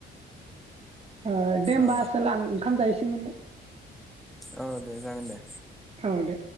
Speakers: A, on the right; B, in the centre.
A: ओ दे होमबा
B: औ
A: आसोल आं ओंखाम जायोसैमोनलै।
B: औ दे जागोन दे।
A: अ दे।